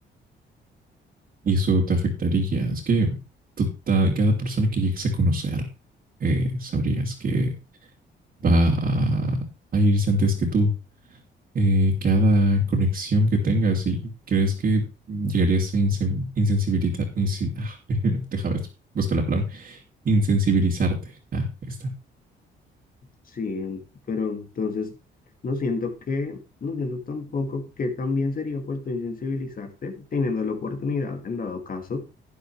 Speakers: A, on the right (about 50°); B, on the left (about 45°).
A: Y eso te afectaría. Es que tú ta- cada persona que llegues a conocer, eh, sabrías que va a, a irse antes que tú. eh, cada conexión que tengas y crees que llegarías a insen- insensibilita- insi- ah, <laughs> déjame bus- buscar la palabra, insensibilizarte. Ah, ahí está.
B: Sí, en- pero entonces no siento que, no siento tampoco que también sería puesto insensibilizarte teniendo la oportunidad, en dado caso,